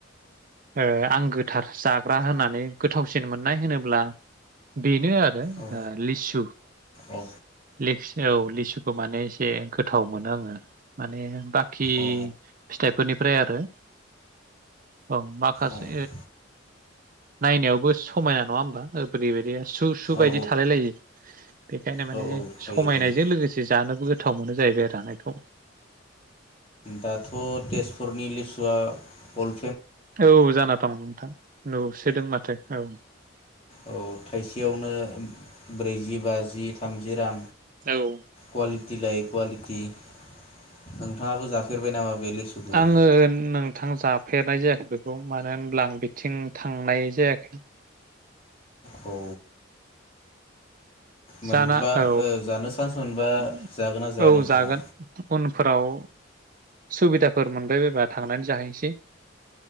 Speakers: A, on the right; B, on the left.
A: आ आं गोथार जाग्रा होननानै गोथावसिन मोननाय होनोब्ला बे बेनो आरो
B: औ
A: आ लिसु
B: औ
A: लेकस औ लिसुखौ माने एसे गोथाव मोनो आंडो माने बा खि
B: औ
A: फिथाइफोरनिफ्राय आरो। औ माखासे
B: औ
A: नायनायावबो समायना नंङा होमबा बोरैबायदि। सु-सु
B: औ
A: बायदि थालाय लायो बेखायनो
B: औ
A: माने
B: थायो
A: समायनायजों
B: थायो
A: लोगोसे जानोबो गो गोथाव मोनो जाहैबाय रानायखौ।
B: दाथ' तेजपुरनि लिसुवआ अल
A: औ जाना दं नोंथां नुसोदों माथो औ।
B: औ थाइसेयावनो ब्रैजि बाजि थामजि रां
A: औ
B: क्वालिटि लायै क्वलिटि नोंथांङाबो जाफेरबाय नामा? बे लिसुखौ
A: आंङो नोंथां जा फेरनाय जायाखै बेखौ मानो होनब्ला बिथिं थांनाय जायाखै।
B: औ मोनबा
A: जाना औ
B: ओ जानो चान्स मोनबा
A: <unintelligible>
B: जागोन ना जाया
A: औ
B: नोंथाङा?
A: जागोन उनफोराव सुबिदाफोर मोनबाय बायबा थांनानै जाहैनोसै। <unintelligible>